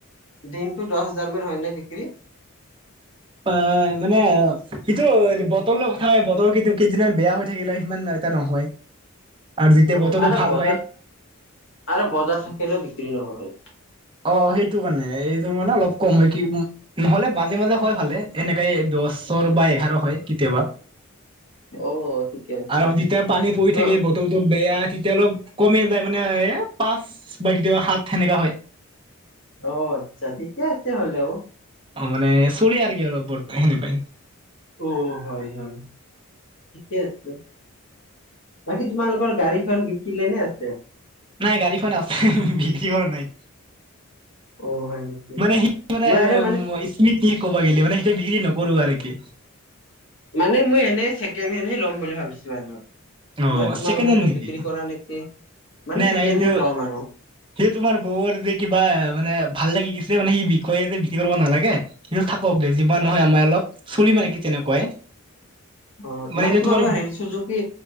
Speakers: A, on the left; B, on the right.
A: দিনটো দহ হাজাৰ মান হয়নে বিক্ৰী?
B: অঁ মানে কিটো বতৰ লগত কথা বতৰ কি কেইদিনমান বেয়া হৈ থাকিলে সিমান এটা নহয়। আৰু যেতিয়া
A: অ
B: বতৰটো
A: আৰু
B: ভাল
A: বজাৰ
B: হয়-
A: আৰু বজাৰ থাকিলেও বিক্ৰী নহয়।
B: অঁ সেইটো কাৰণে, এইটো মানে অলপ কমে কি- নহলে মাজে মাজে হয় ভালে এনেকাই দশৰ বা এঘাৰ হয় কেতিয়াবা।
A: অ ঠিকে আছে
B: আৰু যেতিয়া পানী পৰি
A: ত
B: থাকে বতৰটো বেয়া তেতিয়া অলপ- কমি যায় মানে এ পাঁচ বা কেতিয়াবা সাত সেনেকা হয়।
A: অঁ আৎচ্ছা, ঠিকে আছে হলেও।
B: অঁ মানে চলে আৰু কি অলপ বৰ্ত সেনেকুৱাই।
A: টো হয় হয়, ঠিকে আছে। বাকী তোমালোকৰ গাড়ীখন বিকিলে নে আছে?
B: নাই গাড়ীখন আছে, বিক্ৰী কৰা নাই।
A: অ হয় নেকি
B: মানে সেইটো মানে
A: মই আৰু
B: স্মৃতি ক'ব গ'লে, মানে সেইটো বিক্ৰী নকৰো আৰু নেকি।
A: মানে মই এনেই ছেকেণ্ড হেণ্ডহে ল'ম বুলি ভাবিছো আৰু।
B: অ
A: মই তোমালোকৰটো
B: ছেকেণ্ড হেণ্ড নেকি
A: বিক্ৰী কৰা নেকি? মানে
B: নাই
A: ছেকেণ্ড
B: নাই এইটো
A: হেণ্ড ল'ম আৰু।
B: সেই তোমাৰ বৌৱৰ যে কিবা মানে ভাল লাগি গৈছে মানে, সেই বিষয়ে যে বিক্ৰি কৰিব নালাগে। কিন্তু থাকক দে যিমান নহয় আমাৰ অলপ চলি মানে কি তেনেকুৱাই।
A: অঁ মানে
B: এতিয়া
A: তোমালোকৰ
B: তোমাৰ
A: হেৰি চুযুকি